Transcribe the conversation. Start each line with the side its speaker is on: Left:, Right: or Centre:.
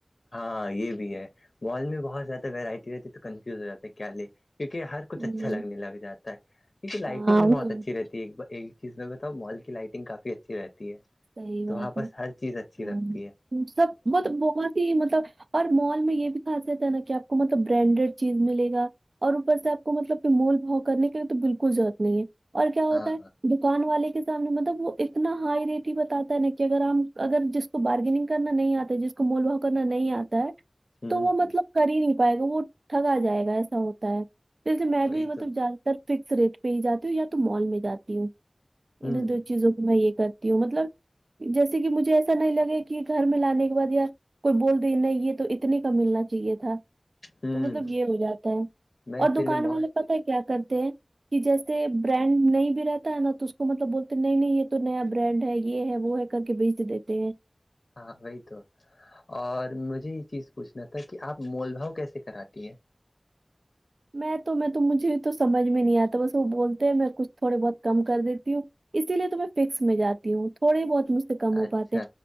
Left: ہاں یہ بھی ہے بال میں بہت زیادہ وورائٹی رہتی ہے تو کنفیوز ہو جاتا ہے کیا لے کیونکہ ہر کچھ اچھا
Right: ہوں
Left: لگنے لگاتا ہے کیونکہ لائٹنگ
Right: ہاں
Left: بھی
Right: وہ-
Left: بہت اچھی رہتی ہے ایک چیز میں بتاؤ مال کی لائٹنگ کافی اچھی رہتی ہے
Right: صحی
Left: تو
Right: بات
Left: وہاں پرس
Right: ہے
Left: ہر چیز اچھی
Right: ہ
Left: لگتی ہے
Right: سب وہ تو بہت مطلب اور مال میں یہ بھی خاصیت ہے نا کہ آپ کو مطلب برانڈیڈ چیز ملے گا اور اوپر سے آپ کو مطلب کہ مول بھاؤ کرنے کے لیے تو بالکل ضرورت نہیں ہے اور کیا ہوتا
Left: ہاں
Right: ہے
Left: ہاں
Right: دکان والے کے سامنے مطلب وہ اتنا ہائی ریٹ بتاتا ہے نا کہ اگر ہم اگر جس کو بارگیننگ کرنا نہیں آتا جس کو مول بھاؤ کرنا نہیں آتا ہے
Left: ہوں
Right: تو وہ
Left: ہ
Right: مطلب کر ہی نہیں پائے گا وہ ٹھگا جائے گا ایسا ہوتا ہے جیسے میں
Left: وہی
Right: بھی مطلب
Left: تو
Right: زیادہ تر فکس ریٹ پہ ہی جاتی ہوں یا تو مال میں جاتی ہوں انہیں
Left: ہوں
Right: دو چیزوں کو میں یہ کرتی ہوں مطلب جیسے کہ مجھے ایسا نہیں لگے کہ گھر میں لانے کے بعد یا کوئی بول د نہیں یہ تو اتنے کا ملنا چاہیے تھا
Left: ہوں
Right: تو مطلب یہ ہو جاتا ہے
Left: میں
Right: اور
Left: اسی
Right: دکان
Left: لیے ہ
Right: والا پت کیا کرتے ہیں کہ جیسے برانڈ نہیں بھی رہتا ہے نا تو اس کو مطلب بولتے نہیں نہیں یہ تو نیا برانڈ ہے یہ ہے وہ ہے کر کے بیج دیتے ہیں
Left: ہاں وہی تو اور مجھے یہ چیز پوچھنا تھا کہ آپ مول بھاؤ کیسے کراتی ہیں
Right: میں تو میں تو مجھے تو سمجھ میں نہیں آتا بس وہ بولتے ہیں میں کچھ تھوڑے بہت کم کر دیتی ہوں اسی لیے تو میں فکس میں جاتی ہوں تھوڑی بہت م کم ہو
Left: اچھا
Right: پاتے